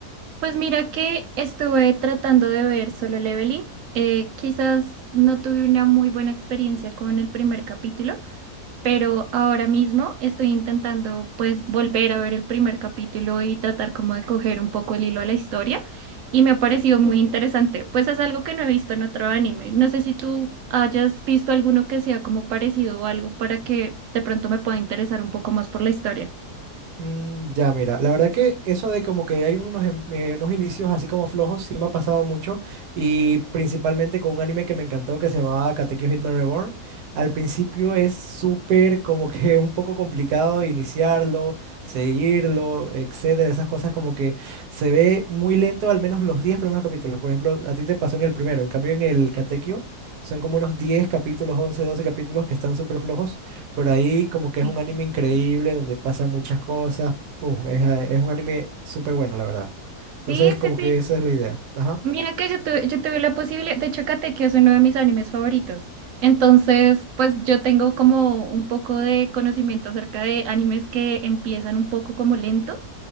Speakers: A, on the right; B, on the right.
A: Pues mira que estuve tratando de ver Solo Leveling. Eh, quizás no tuve una muy buena experiencia con el primer capítulo. pero ahora mismo estoy intentando pues volver a ver el primer capítulo y tratar como de coger un poco el hilo a la historia y me ha parecido muy interesante. Pues es algo que no he visto en otro anime. No sé si tú hayas visto alguno que sea como parecido o algo para que de pronto me pueda interesar un poco más por la historia.
B: Mm, ya, mira, la verdad que eso de como que hay unos, em- eh, unos inicios así como flojos sí me ha pasado mucho y principalmente con un anime que me encantó que se llamaba Katekyo Hitman Reborn. Al principio es súper como que <laughs> un poco complicado iniciarlo, seguirlo, etcétera, esas cosas como que se ve muy lento al menos los 10 primeros capítulos. Por ejemplo, a ti te pasó en el primero, en cambio en el Katekyo son como unos 10 capítulos, 11 12 capítulos que están súper flojos pero ahí como que
A: Sí,
B: es un anime increíble donde pasan muchas cosas. Uf, es, eh, es un anime súper bueno, la verdad. Entonces,
A: Sí,
B: como
A: sí, sí,
B: que esa es la idea. Ajá.
A: Mira que yo tuve, yo tuve la posibilidad, de hecho, Katekyo es uno de mis animes favoritos. Entonces, pues yo tengo como un poco de conocimiento acerca de animes que empiezan un poco como lento.